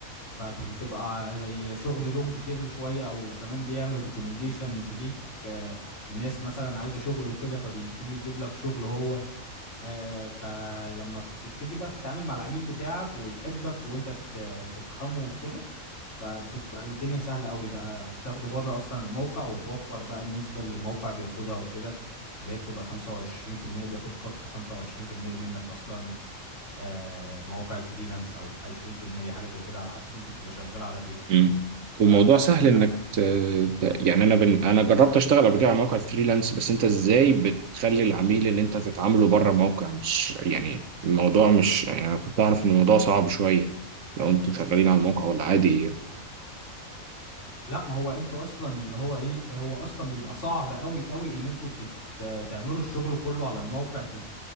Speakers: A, on the left; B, on the right.
A: فبتبقى زي شغل لونج تيرم شويه او كمان بيعمل ريكومنديشنز ليك آه، لناس مثلا عايزه شغل وكده فبيبتدي يجيب لك شغل هو آه، فلما بتبتدي بقى تتعامل مع العميل بتاعك ويحبك وانت ت- تفهمه وكده فبتبقى الدنيا سهله قوي بقى بتاخده بره اصلا الموقع وتوفر بقى النسبه اللي الموقع بياخدها وكده اللي هي بتبقى 25% بياخد قط 25% منك اصلا آه، مواقع الفريلانس او 20% حاجه زي كده على حسب انت بتبقى شغال على ايه
B: مم. والموضوع
A: فبس
B: سهل
A: يعني
B: انك ت... ت- يعني انا بن... انا جربت اشتغل قبل كده على موقع فريلانس بس انت ازاي بتخلي العميل ان انت تتعامله بره الموقع مش يعني الموضوع مش يعني انا كنت اعرف ان الموضوع صعب شويه لو انتوا شغالين على الموقع ولا عادي
A: لا ما هو انتوا اصلا اللي هو ايه هو اصلا بيبقى صعب قوي قوي ان انتوا تت... تعملوا الشغل كله على الموقع تت...